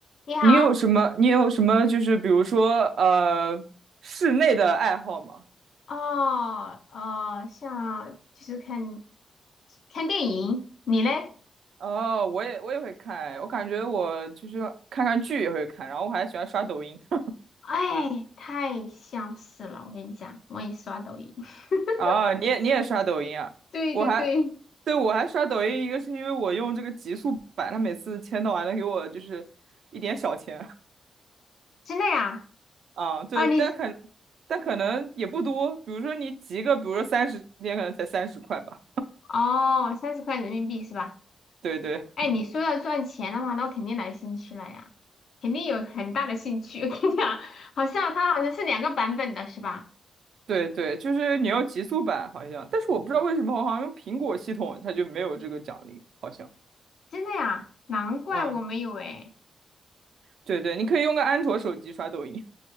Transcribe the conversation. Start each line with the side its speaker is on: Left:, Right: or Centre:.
Left: 你好，
Right: 你有什么？你有什么？就是比如说，呃，室内的爱好吗？
Left: 哦，哦，像就是看看电影，你嘞？
Right: 哦，我也我也会看，我感觉我就是看看剧也会看，然后我还喜欢刷抖音。<laughs>
Left: 哎，太相似了，我跟你讲，我也刷抖音。<laughs>
Right: 啊，你也你也刷抖音啊？
Left: 对对对，
Right: 我还，对，我还刷抖音，一个是因为我用这个极速版，它每次签到还能给我就是一点小钱
Left: 真的呀？
Right: <laughs> 啊，对，
Left: 啊，你
Right: 但可但可能也不多，比如说你集个，比如说三十天，可能才三十块吧。
Left: 哦，三十块人民币是吧？
Right: 对对。
Left: 哎，你说要赚钱的话，那我肯定来兴趣了呀，肯定有很大的兴趣。<laughs> 我跟你讲，好像它好像是两个版本的是吧？
Right: 对对，就是你要极速版好像，但是我不知道为什么，好像用苹果系统它就没有这个奖励，好像。
Left: 真的呀？难怪我没有哎，
Right: 嗯，对对，你可以用个安卓手机刷抖音。